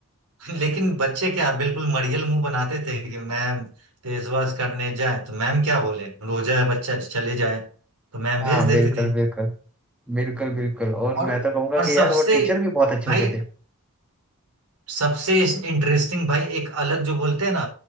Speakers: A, on the right; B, in the centre.
A: लेकिन बच्चे क्या बिल्कुल मरियल मुंह बनाते थे कि मैम फेसवॉश करने जाए तो मैम क्या बोले रोजा है बच्चा चले जाए तो मैम भेज
B: हाँ बिल्कुल
A: देती थी
B: बिल्कुल बिल्कुल बिल्कुल और
A: और
B: मैं तो कहूंगा
A: और
B: कि
A: सबसे
B: यार वो टीचर भी बहुत अच्छे
A: भाई
B: होते थे
A: सबसे इंटरेस्टिंग भाई एक अलग जो बोलते हैं ना